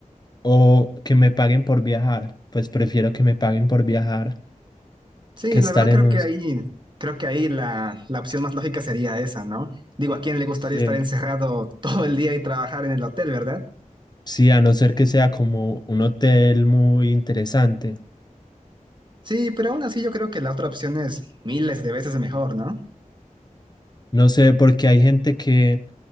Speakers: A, on the left; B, on the right.
A: o que me paguen por viajar. Pues prefiero que me paguen por viajar
B: Sí,
A: que estar
B: la verdad
A: en
B: creo
A: un...
B: que ahí, creo que ahí la, la opción más lógica sería esa, ¿no? Digo, ¿a quién le gustaría
A: Sí.
B: estar encerrado <laughs> todo el día y trabajar en el hotel, verdad?
A: Sí, a no ser que sea como un hotel muy interesante.
B: Sí, pero aún así yo creo que la otra opción es miles de veces mejor, ¿no?
A: No sé, porque hay gente que